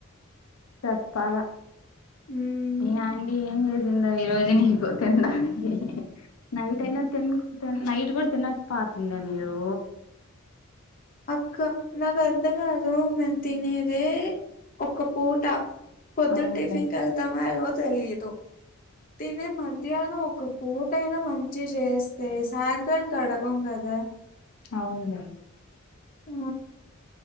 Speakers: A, on the left (about 85°); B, on the left (about 45°).
A: చెప్పాల
B: హ్మ్.
A: మీ ఆంటీ ఏం చేసి ఈ రోజు నీకు తినడానికి నైట్ అయినా తి నైట్ కూడా తినక పాతులే మీరు
B: అక్క నాకు అర్థం కాదు మేం తినేదే ఒక పూట పొద్దున
A: అవునులే
B: టిఫిన్ కేళ్తామో లేదో తెలిదు తినే మధ్యాహ్నం ఒక పూట అయినా మంచి చేస్తే సాయంత్రానికి అడగం కదా
A: అవును
B: ఆ